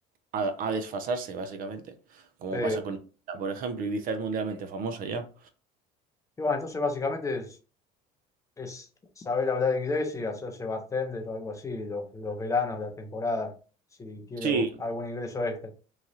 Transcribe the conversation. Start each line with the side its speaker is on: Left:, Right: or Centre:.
Right: a, a desfasarse, básicamente, como
Left: Sí.
Right: pasa con Ibiza, por ejemplo, Ibiza es mundialmente famosa ya.
Left: Y bueno, entonces básicamente es, es saber hablar inglés y hacerse bartender o algo así, los, los veranos, la temporada, si quiero
Right: Sí,
Left: algún ingreso extra.